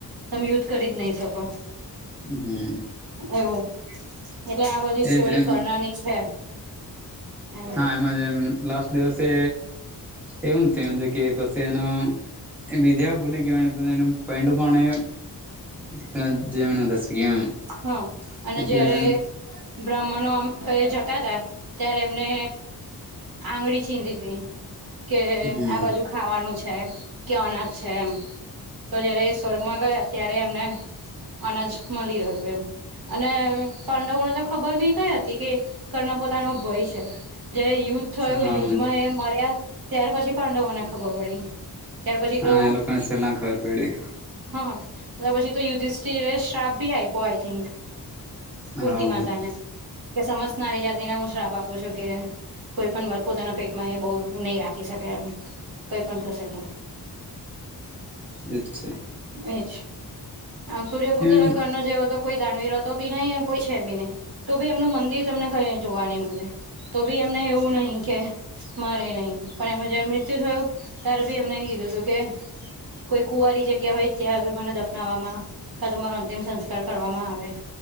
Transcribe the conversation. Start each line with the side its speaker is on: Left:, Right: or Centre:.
Right: તમે યુધ કરી જ નય શકો.
Centre: હ.
Right: એવું એટલે આ બધી સ્ટોરી
Centre: એજ એમ
Right: કર્ણની છે. એમ
Centre: હા એમાં જેમ લાસ્ટ દિવસે એવું ચેવદે કે પસી એનો એ વિદ્યા ભૂલિ ગિયો ને પોતાનું પેન્ડું પણ એ ર તેના જમીનમાં દશી ગીયું એમ.
Right: હા, અને
Centre: એટલે
Right: જયારે બ્રાહ્મણો આમ કએ જતા તા, ત્યારે એમને આંગળી ચીંદી તિ, કે
Centre: હમ
Right: આ બાજુ ખાવાનું છે. કેઓના છે એમ. તો જયારે એ સ્વર્ગમાં ગયા ત્યારે એમને, અનાજ મળી રહ્યો. વેમ અને પાંડવો ને ત ખબર બી કઈ હતી કે, કર્ણ પોતાનો ભય છે, જયારે યુદ્ધ થયું
Centre: હા
Right: યુદ્ધમાં એમ માર્યા, ત્યાર પછી પાંડવોને ખબર પડી. ત્યાર પછી
Centre: હા
Right: તો
Centre: એ લોકોને સેલા ખબર પયડી.
Right: હા ને પછી તો યુધિષ્ઠિરે શ્રાપ ભી આયપો આઈ થિંક. કુંતી
Centre: હા
Right: માતા ને, કે સમસનારી જાતિને હું શ્રાપ આપું છું કે કોઈ પન વાત પોતાના પેટમાં એ બોઉ નય રાખી શકે એમ કઈ પણ થશે તો.
Centre: અચ્છા.
Right: એજ, આમ સૂર્યપુત્ર
Centre: એમ
Right: કર્ણ જેવો જ તો કોઈ દાનવીર અતો બી નય અન કોઈ છે બી નય, તો ભી એમનું મંદિર તમને કય જોવા નઈ મળે, તો બી એમને એવું નહિ કે મારે નહીં પણ એમમાં જયારે મૃત્યુ થયું ત્યારે બી એમને એ કીધું હતું કે. કોઈ કુવારી જગ્યા હોય ત્યાં આગર મને દફનાવવામાં ક તમારો અંતિમ સંસ્કાર ાર કરવામાં આવે.